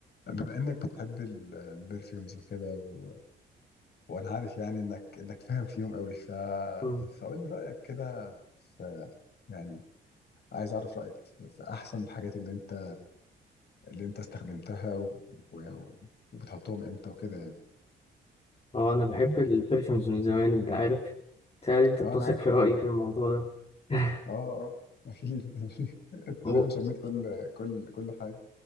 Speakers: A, on the left; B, on the left.
A: بما انك بتحب ال- البرفيومز وكده و... وانا عارف يعني انك انك فاهم فيهم قوي ف...
B: مم.
A: فقول لي رايك كده في يعني عايز اعرف رايك في في احسن الحاجات اللي انت اللي انت استخدمتها و... و... وبتحطهم امتى وكده يعني
B: اه انا بحب البرفيومز من زمان انت عارف تهيألي انت
A: اه
B: بتثق
A: انا عارف
B: في رأيي
A: طبعا
B: في الموضوع ده <laughs>
A: اه اه اكيد <laughs> انت تقريبا
B: م-
A: شميت كل كل كل حاجه